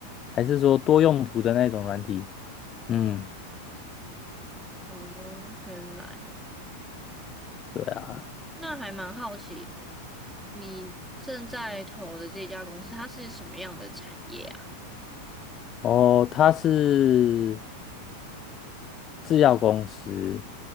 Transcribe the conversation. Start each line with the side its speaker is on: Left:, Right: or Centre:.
Left: 还是说多用途的那种软体？嗯，
Centre: 哦，原来
Left: 对啊。
Centre: 那还蛮好奇，你正在投的这家公司，它是什么样的产业啊？
Left: 哦，它是制药公司，